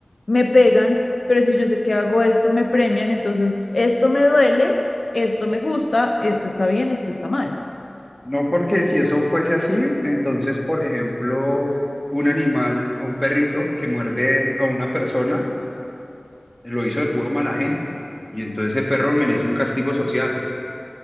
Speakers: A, on the left; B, in the centre.
A: me pegan, pero si yo sé que hago esto, me premian, entonces esto me duele, esto me gusta, esto está bien, esto está mal.
B: no porque si eso fuese así, entonces, por ejemplo, un animal o un perrito que muerde a una persona lo hizo de puro mala gente y entonces ese perro merece un castigo social.